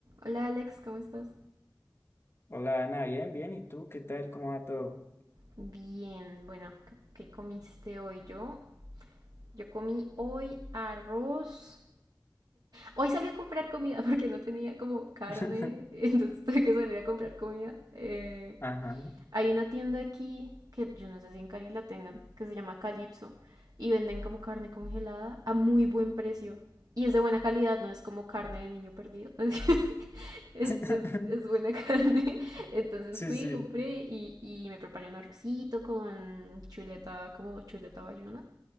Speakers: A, on the right; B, on the left.
A: Hola Alex, ¿cómo estás?
B: Hola Ana, bien, bien. ¿Y tú qué tal? ¿Cómo va todo?
A: Bien, bueno, ¿qué, qué comiste hoy yo? Yo comí hoy arroz. Hoy salí a comprar comida <laughs> porque no tenía como carne,
B: <laughs>
A: <laughs> entonces tuve que salir a comprar comida. Eh,
B: Ajá.
A: Hay una tienda aquí que yo no sé si en Cali la tengan, que se llama Calypso y venden como carne congelada a muy buen precio. Y es de buena calidad, no es como carne de niño perdido. <laughs> es,
B: <laughs>
A: es, es buena <laughs> carne. Entonces
B: Sí,
A: fui,
B: sí.
A: compré y, y me preparé un arrocito con chuleta, como chuleta bayuna